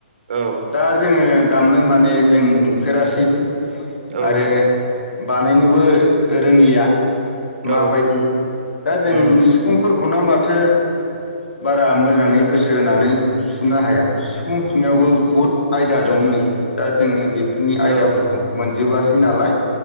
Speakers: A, on the right; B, on the left.
A: औ
B: दा जोङो दामनो माने जों नु फेरासिबो
A: औ
B: आरो बानायनोबो रोंलिया माबायदि
A: औ
B: दा जों
A: उम
B: सिफुं फोर खौनो माथो बारा मोजाङै गोसो होनानै सुनो हाया सिफुं सुनायावबो बहुद आयदा दं नो जोङो बे फोरनि आयदाफोरखौ
A: औ
B: मोनजोबा सै नालाय